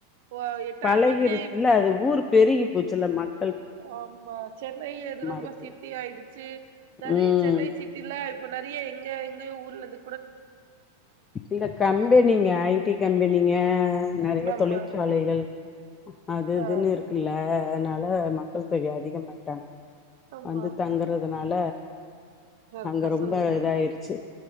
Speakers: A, on the right; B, on the left.
A: இப்ப எட்டாயிருபாக்கே
B: பழகிருச்சுல்ல அது ஊரு பெருகி போச்சுல மக்
A: ஆமா சென்னை இது ரொம்ப
B: இருக்கு
A: சிட்டி ஆயிடுச்சு நெறைய
B: ம்
A: சென்னை சிட் டிலா இப்ப நெறைய எங்க எங்க ஊர்லந்து
B: இந்த கம்பெனிங்க ஐ டி கம்பெனிங்க நெறைய
A: ஆமா
B: தொழிற் சாலைகள் அது இதுன்
A: ஆமா
B: இருக்குல்ல அதனால மக்கள் தொகை அதிகமாயிட்டாங்க
A: ஆமா
B: வந்து தங்கறதுனால
A: கரெக்டா
B: அங்க ரொம்ப
A: சொல்லுங்க
B: இதாயிருச்சு